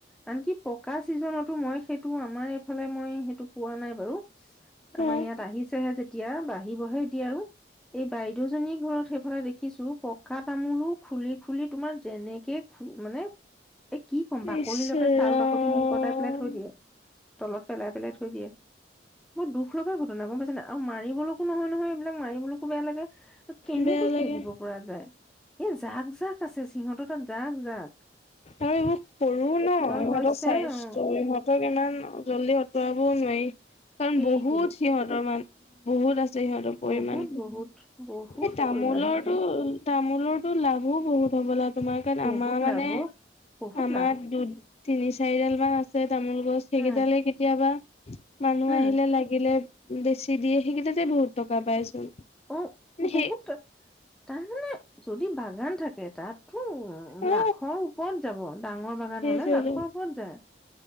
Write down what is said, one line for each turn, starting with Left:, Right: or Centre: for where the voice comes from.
Centre: আনকি পকা চিজনতো মই সেইটো আমাৰ এইফালে মই সেইটো পোৱা নাই বাৰু <unintelligible> আমাৰ
Left: অ',
Centre: ইয়াত আহিছেহে যেতিয়া বাঢ়িবহে এতিয়া আৰু এই বাইদেউজনীৰ ঘৰত সেইফালে দেখিছো পকা তামোলো খুলি খুলি তোমাৰ যেনেকে খ মান <unintelligible> এ কি ক'ম বাকলিলেকে
Left: ইচ ৰাম।
Centre: ছাল বাকতি নিক পতাই পেলাই থৈ দিয়ে <unintelligible> তলত পেলাই পেলাই থৈ দিয়ে বহৰ দুখ লগা ঘটনা গম পাইছে না আৰু মাৰিবলৈকো নহয় নহয় এইবিলাক মাৰিবলৈকো বেয়া লাগে। <unintelligible> কেনেকে
Left: বেয়া লাগে।
Centre: খেদিব পৰা যায় এই জাক জাক আছে সিহঁতৰ তাত জাগ জাগ
Left: আৰু এইবোৰ সৰু ন ইহঁতৰ
Centre: হৈছে
Left: চাইজটো
Centre: উম
Left: ইহঁতক ইমান জল্দি অতুয়াব <unintelligible> কবও নোৱাৰি কাৰণ
Centre: সেইটোৱে
Left: বহুত সিহঁতৰ মান বহুত আচ পৰিমাণ
Centre: বহুত
Left: কি
Centre: বহুত
Left: এই
Centre: বহুত
Left: তামোলৰটো
Centre: পৰিমাণ সিহঁতৰ
Left: তামোলৰতো লাভো বহুত হ'ব ল তোমাৰ কাৰণ
Centre: বহুত
Left: আমাৰ
Centre: লাভ
Left: মানে
Centre: অ বহুত
Left: আমাৰ
Centre: লাভ
Left: দু তিনি চাৰিডাল মান আছে তামোল গছ সেইকেইডালে
Centre: উম
Left: কেতিয়াবা <unintelligible> মানুহ
Centre: উম
Left: আহিলে লাগিলে বেছি দিয়ে সেইকেইটাতে বহুত টকা পাইচোন <unintelligible>
Centre: অ
Left: সেই
Centre: বহুত তাৰ মানে যদি বাগান থাকে তাতো
Left: অ
Centre: লাখৰ ওপৰত যাব। ডাঙৰ বাগান
Left: সেইটোৱেটো
Centre: হ'লে লাখৰ ওপৰত যায়।